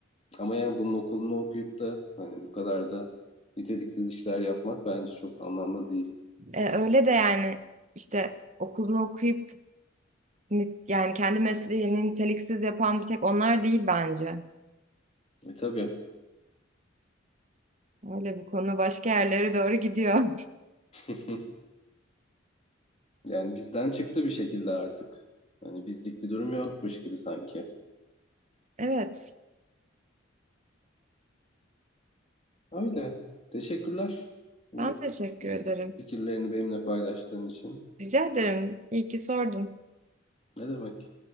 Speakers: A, on the left; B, on the right.
A: Ama yani bunun okulunu okuyup da hani bu kadar da niteliksiz işler yapmak bence çok anlamlı değil.
B: E, öyle de yani işte okulunu okuyup ni- yani kendi mesleğini niteliksiz yapan bir tek onlar değil bence.
A: E tabii.
B: Öyle bu konu başka yerlere doğru gidiyor. <laughs>
A: <laughs> Yani bizden çıktı bir şekilde artık. Hani bizlik bir durum yokmuş gibi sanki.
B: Evet,
A: Öyle. Teşekkürler bu
B: ben teşekkür ederim.
A: fikirlerini benimle paylaştığın için.
B: Rica ederim. İyi ki sordun.
A: Ne demek?